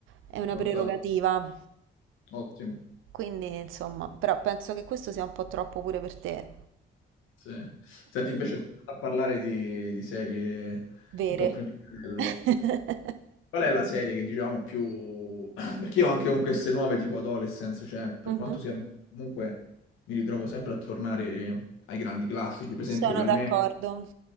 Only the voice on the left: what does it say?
Fantastico,
ottimo.
Sì. Senti, invece a parlare di, di serie
un po' più di livello.
Qual è la serie che diciamo più... <clears throat> Perché io anche con queste nuove tipo Adolescence, cioè per
quanto sia... Comunque mi ritrovo sempre a tornare ai grandi classici. Per esempio
per
me